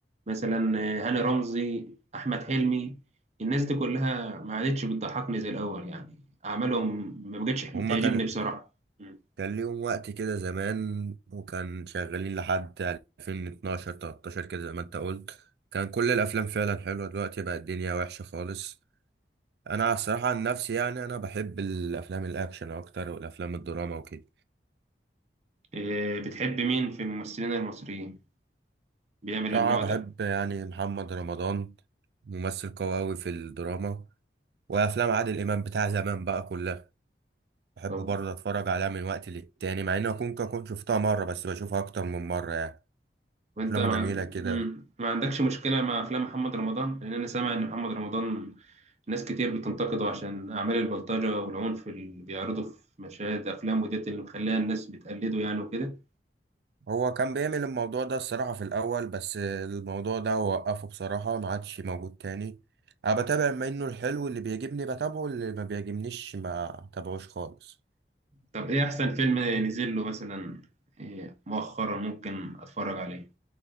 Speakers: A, on the right (about 40°); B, on the right (about 65°).
A: مثلا آه، هاني رمزي أحمد حلمي الناس دي كلها ما عادتش بتضحكني زي الأول يعني أعمالهم ما بقتش بتعجبني
B: هما كان
A: بصراحة م.
B: كان ليهم وقت كده زمان وكان شغالين لحد 2012 13 كده زي ما انت قلت كان كل الافلام فعلا حلوة دلوقتي بقى الدنيا وحشة خالص انا الصراحه عن نفسي يعني انا بحب الافلام الاكشن اكتر والافلام الدراما وكده
A: آه، بتحب مين في الممثلين المصريين بيعمل
B: صراحه
A: النوع
B: بحب
A: ده؟
B: يعني محمد رمضان ممثل قوي أوي في الدراما وافلام عادل امام بتاع زمان بقى كلها بحب
A: طب
B: برضه اتفرج عليها من وقت للتاني مع اني اكون كنت شفتها مره بس بشوفها اكتر من مره يعني
A: وأنت
B: افلامه
A: ما,
B: جميله
A: عن-
B: كده
A: م، ما عندكش مشكلة مع أفلام محمد رمضان؟ لأن أنا سامع إن محمد رمضان ناس كتير بتنتقده عشان أعمال البلطجة والعنف اللي بيعرضوا في مشاهد أفلام وديت اللي مخليها الناس بتقلده يعني وكده
B: هو كان بيعمل الموضوع ده الصراحه في الاول بس الموضوع ده وقفه بصراحه ما عادش موجود تاني انا بتابع منه الحلو اللي بيعجبني بتابعه اللي ما بيعجبنيش ما تابعوش خالص
A: طب إيه أحسن فيلم نزل له مثلا إيه مؤخرا ممكن أتفرج عليه